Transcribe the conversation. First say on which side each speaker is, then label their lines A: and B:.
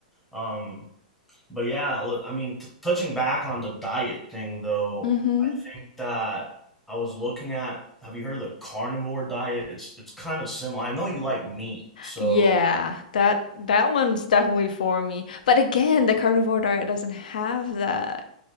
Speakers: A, in the centre; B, on the left.
A: Um, but yeah, look, I mean, t touching back on the diet thing though,
B: Mm-hmm.
A: I think that I was looking at, have you heard of the carnivore diet? It's it's kind of similar. I know you like meat, so
B: Yeah, that that one's definitely for me. But again, the carnivore diet doesn't have the